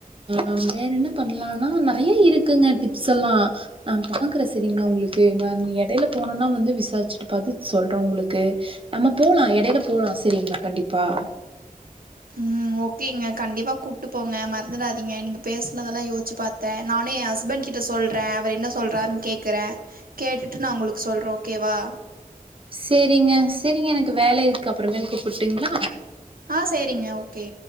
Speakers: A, on the right; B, on the right.
A: ஆ வேற என்ன பண்ணலானா நறைய இருக்குங்க டிப்ஸ்லா நா பாக்குற சரிங்களா உங்களுக்கு நான் இடையில போனம்னா வந்து விசாரிச்சுட்டு பாத்துடு சொல்ற உங்களுக்கு நம்ம போலா இடையில போல சரிங்களா கண்டிப்பா
B: ம் ஓக்கேங்க கண்டிப்பா கூப்பிட்டு போங்க மறந்துடாதீங்க நீங்க பேசுனதெல்லா யோசிச்சு பாத்தே நானு எ ஹஸ்பண்ட் கிட்ட சொல்றே அவர் என்ன சொல்றாறுனு கேட்கறே கேட்டுட்டு நா உங்களுக்கு சொல்றே ஓக்கேவா
A: சேரிங்க சேரிங்க எனக்கு வேலை இருக்கு அப்புறமேல் கூப்பிட்டுங்களா
B: ஆ சேரிங்க ஓக்கே